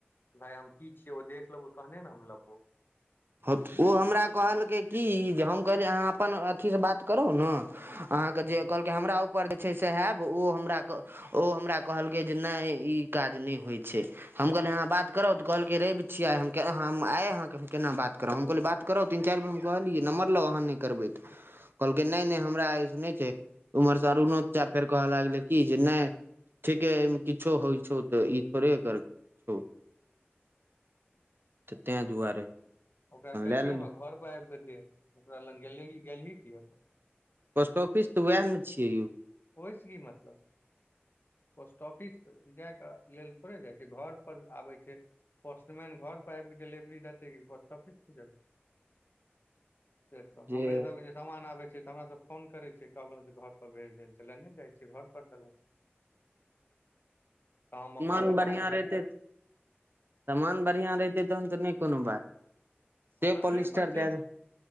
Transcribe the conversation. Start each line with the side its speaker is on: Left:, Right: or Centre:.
Left: कि भाय हम की छियै ओ देख लेबो तहने ने हम लेबो
Right: औ हमरा कहलकै की जे हम कहलियै अहाँ अपन अथी से बात करू नऽ अहाँके
Left: ओ
Right: जे कहलकै हमरा उपर जे छै सैहेब ओ हमरा ओ हमरा कहलकै जे नहि ई काज नहि होइ छै हम कहलै अहाँ बात करब तऽ कहलकै रबि छिय आय हम हम आए अहाँकेँ हम केना बात करब हम कहलियै बात करब तीन चारि बेर हम कहलियै नमबर लउ अहाँ नहि करबैऽ कहलकै नहि नहि हमरा एहि सँ नहि छै उम्हरसँ अरुणो चा फेर कहय लागलै कि जे नहि ठीके एहिमे किछो होइ छौ त ई थोड़े कर छौ
Left: <inaudible>
Right: तै दुआरे
Left: ओकरा
Right: अपन
Left: कहितियै
Right: लए लेली
Left: हमरा घर परर आबि कऽ देब ओकरा लग गेली गेलही कि त
Right: पोस्ट ऑफिस तऽ वएह नऽ छियै यौ
Left: ओहिस कि मतलब। पोस्ट ऑफिस जायके लेल थोड़े जाइ छै घर पर आबै छै पोस्टमैन घर पर आब कऽ डेलिवरी देते कि पोस्ट ऑफिस पर जाकऽ देख
Right: जे
Left: हमरे सबके जे सामान आबै छै तऽ हमरा सब फोन करै छै कहलहु जे घर पर भेज देल छल ले नहि जाइ छियै घर पर देलक तऽ हम अपन
Right: मान
Left: पापा
Right: बढ़ियां
Left: के
Right: रहितै
Left: भेजबै
Right: सामान बढ़िआँ रहितै तहन तऽ नहि कोनो बात से
Left: हंड्रेड
Right: पॉलिस्टर
Left: परसेंट
Right: दए दे